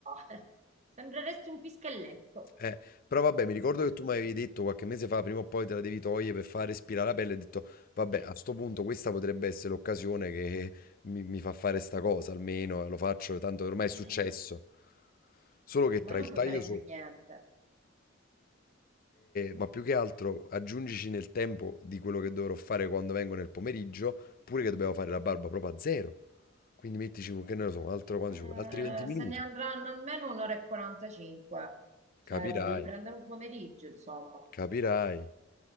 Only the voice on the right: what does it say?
<laughs> sembreresti un pischelletto.
<laughs>
Sì.
Eh,
ormai
non
puoi
fare
più niente.
Eh,
se ne andranno almeno un'ora e 45, cioè
ti devi prendere un pomeriggio, insomma.